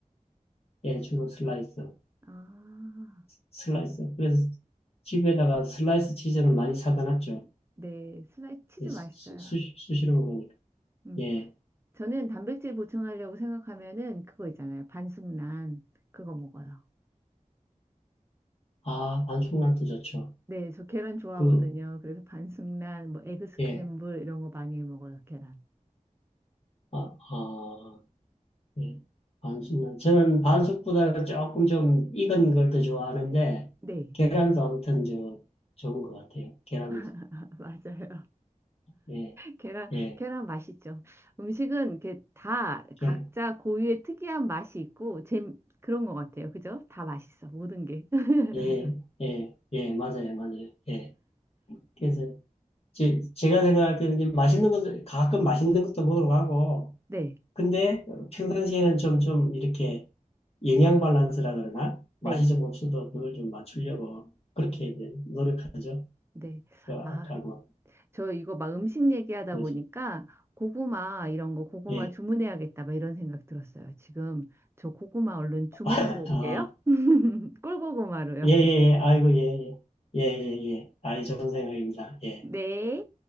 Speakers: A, on the left; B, on the right.
A: 예, 주로 슬라이스.
B: 아.
A: 슬라이스. 그래서 집에다가 슬라이스 치즈를 많이 사다 놨죠.
B: 네. 슬라이스 치즈
A: 예, 수,
B: 맛있어요.
A: 수, 수시로 먹으니까.
B: 음.
A: 예.
B: 저는 단백질 보충하려고 생각하면은 그거 있잖아요. 반숙란 그거 먹어요.
A: 아, 반숙란도 좋죠.
B: 네, 저 계란 좋아하거든요.
A: 그,
B: 그래서 반숙란, 뭐 에그 스크램블
A: 예.
B: 이런 거 많이 먹어요, 계란.
A: 아, 아. 예. 반숙 저는 반숙보다 조금 좀 익은 걸 더 좋아하는데,
B: 네,
A: 계란도 아무튼 저, 좋은 것 같아요. 계란도.
B: <laughs> 맞아요.
A: 예,
B: 계란,
A: 예,
B: 계란 맛있죠. 음식은 이렇게 다
A: 계란.
B: 각자 고유의 특이한 맛이 있고, 제 그런 것 같아요. 그죠? 다 맛있어. 모든 게. <laughs>
A: 예, 예, 예, 맞아요, 맞아요. 예. 그래서 제, 제가 생각할 때는 이제 맛있는 것도, 가끔 맛있는 것도 먹으러 가고,
B: 네,
A: 근데 평상시에는 좀, 좀 이렇게 영양 밸런스라 그러나, 맛이
B: 네,
A: 좀 없어도 그걸 좀 맞추려고 그렇게 이제 노력하죠.
B: 네.
A: 그 아까
B: 아, 그-
A: 뭐,
B: 저 이거 막 음식 얘기하다
A: 그러지.
B: 보니까 고구마 이런 거 고구마
A: 예.
B: 주문해야겠다. 막 이런 생각 들었어요. 지금 저 고구마 얼른 주문하고
A: 아.
B: 올게요. <laughs> 꿀고구마로요.
A: 예, 예, 예. 아이고, 예, 예. 예, 예, 예. 아이, 좋은 생각입니다. 예.
B: 네.